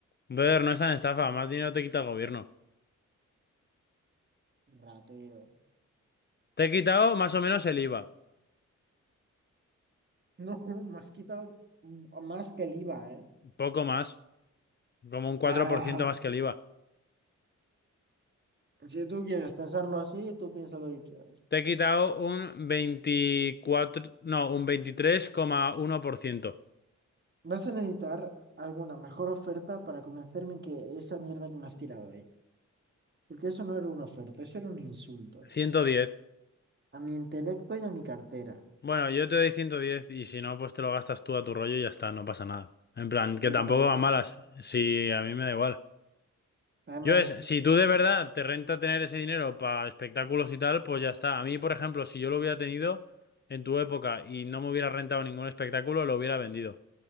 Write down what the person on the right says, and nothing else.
ratero.
No, <laughs> me has quitado más que el IVA, ¿eh?
Ajá.
Si tú quieres pensarlo así, tú piensa lo que quieras.
Vas a necesitar alguna mejor oferta para convencerme en que esa mierda que me has tirado ahí. Porque eso no era una oferta, eso era un insulto.
A mi intelecto y a mi cartera.
ciento
veinte
Además,